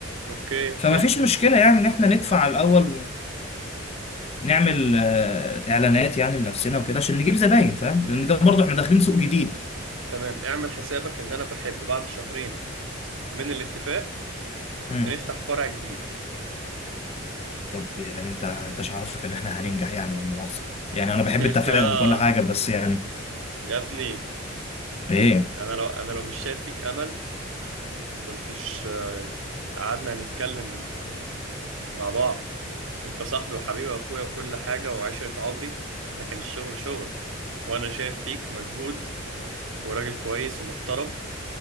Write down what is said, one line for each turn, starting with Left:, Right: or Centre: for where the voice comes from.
Right: اوكي
Left: فما
Right: حلو
Left: فيش مشكلة يعني ان احنا ندفع الاول ونعمل آه، اعلانات يعني لنفسنا وكده عشان نجيب زباين فاهم لان ده برضه احنا داخلين سوق جديد
Right: تمام اعمل حسابك ان انا بحب بعد شهرين من الاتفاق
Left: مم.
Right: بنفتح فرع جديد
Left: طب يعني انت انت مش عارفك ان احنا هننجح يعني لما مؤاخذة يعني
Right: <laughs>
Left: انا بحب التفاؤل
Right: آه،
Left: وكل حاجة بس يعني
Right: يا ابني
Left: ايه
Right: انا لو انا لو مش شايف فيك امل ما كنتش آه، قعدنا نتكلم مع بعض انت صاحبي وحبيبي واخويا وكل حاجة وعشرة عمري لكن الشغل شغل وانا شايف فيك مجهود وراجل كويس ومحترم